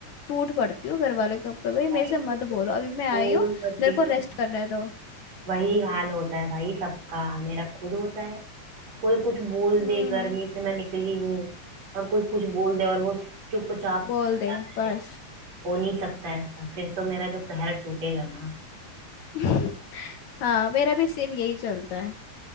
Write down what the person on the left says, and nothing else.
टूट पड़ती हूँ घर वालों के ऊपर भाई मेरे
से मत
बोलो अभी मैं आई
हूँ
मेरे
को रेस्ट करने दो
हम्म
बोल
दे
बस
<laughs> हाँ मेरा भी सेम यही चलता है